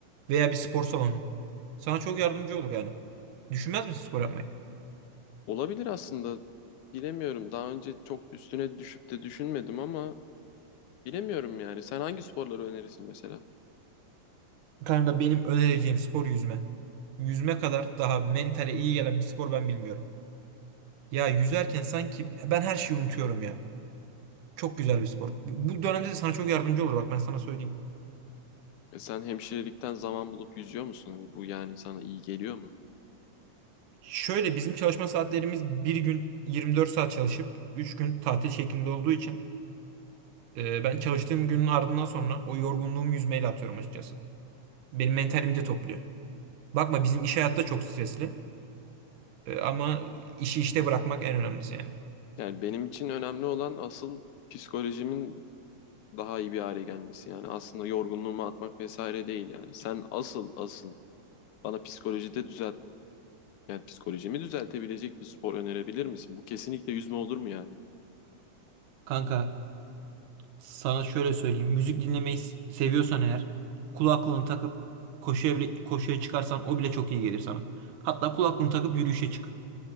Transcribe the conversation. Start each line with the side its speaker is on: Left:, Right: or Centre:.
Right: veya bir spor salonu sana çok yardımcı olur yani. Düşünmez misin spor yapmayı?
Left: olabilir aslında. Bilemiyorum. Daha önce çok üstüne düşüp de düşünmedim ama bilemiyorum yani. Sen hangi sporları önerirsin mesela?
Right: Kanka benim önereceğim spor yüzme. Yüzme kadar daha mentale iyi gelen bir spor ben bilmiyorum. Ya yüzerken sanki ben her şeyi unutuyorum ya. Çok güzel bir spor. Bu dönemde de sana çok yardımcı olur bak ben sana söyleyeyim.
Left: E sen hemşirelikten zaman bulup yüzüyor musun? Bu yani sana iyi geliyor mu?
Right: Şöyle bizim çalışma saatlerimiz bir gün 24 saat çalışıp 3 gün tatil şeklinde olduğu için e, ben çalıştığım günün ardından sonra o yorgunluğumu yüzmeyle atıyorum açıkçası. Benim mentalimi de topluyor. Bakma bizim iş hayatta çok stresli E, ama işi işte bırakmak en önemlisi yani.
Left: Yani benim için önemli olan asıl psikolojimin daha iyi bir hale gelmesi. Yani aslında yorgunluğumu atmak vesaire değil yani. Sen asıl asıl bana psikolojide düzelt yani psikolojimi düzeltebilecek bir spor önerebilir misin? Bu kesinlikle yüzme olur mu yani?
Right: Kanka sana şöyle söyleyeyim. Müzik dinlemeyi s- seviyorsan eğer kulaklığını takıp koşuya bile koşuya çıkarsan o bile çok iyi gelir sana. Hatta kulaklığını takıp yürüyüşe çık.